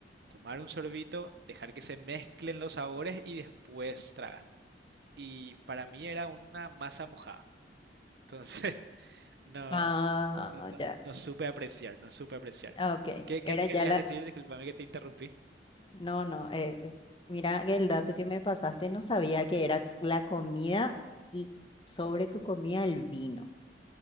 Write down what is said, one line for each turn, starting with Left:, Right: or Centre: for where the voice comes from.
Right: tomar un sorbito, dejar que se mezclen los sabores y después tragas. Y para mí era una masa mojada. Entonces, <laughs> no,
Left: Ah,
Right: no, no-
Left: ya.
Right: no supe apreciar, no supe apreciar.
Left: Ah, ok.
Right: ¿Qué,
Left: Era
Right: qué me
Left: ya
Right: querías
Left: la...
Right: decir? Disculpame que te interrumpí.
Left: No, no. eh, eh, mira que el dato que me pasaste, no sabía que era la comida y sobre tu comida el vino.